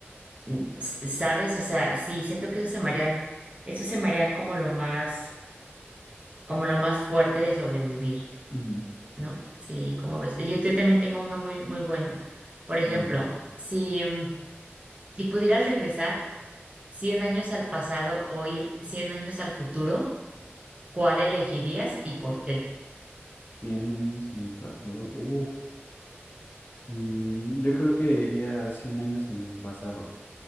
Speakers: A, on the right (about 30°); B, on the left (about 50°).
A: mm, s- sabes, o sea, sí, siento que eso se me haría, eso se me haría como lo más, como lo más fuerte de sobrevivir,
B: Ujú.
A: ¿no? Sí, como ves? Oye, yo también tengo uno muy, muy bueno. Por ejemplo,
B: A ver,
A: si, mm, si pudieras regresar Cien años al pasado o ir 100 años al futuro, ¿cuál elegirías y por qué?
B: cien años en el pasado. Uf. Mm, yo creo que iría 100 años en el pasado.